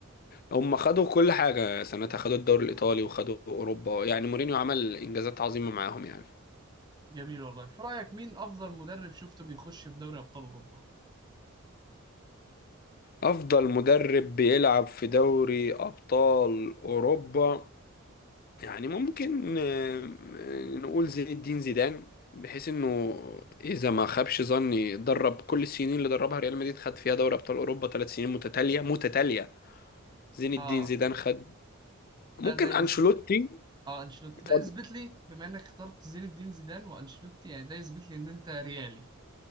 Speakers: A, on the left; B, on the right.
A: هم خدوا كل حاجة سنتها خدوا الدوري الإيطالي وخدوا أوروبا يعني مورينيو عمل إنجازات عظيمة معاهم يعني
B: جميل والله في رأيك مين أفضل مدرب شفته بيخش في دوري أبطال أوروبا؟
A: أفضل مدرب بيلعب في دوري أبطال أوروبا يعني ممكن آه، نقول زين الدين زيدان بحيث إنه إذا ما خابش ظني درب كل السنين اللي دربها ريال مدريد خد فيها دوري أبطال أوروبا ثلاث سنين متتالية متتالية زين الدين
B: آه
A: زيدان خد
B: ده
A: ممكن
B: ده يثبت
A: أنشيلوتي
B: آه أنشيلوتي
A: اتفضل.
B: ده يثبت لي بما إنك اخترت زين الدين زيدان وأنشيلوتي يعني ده يثبت لي إن أنت ريالي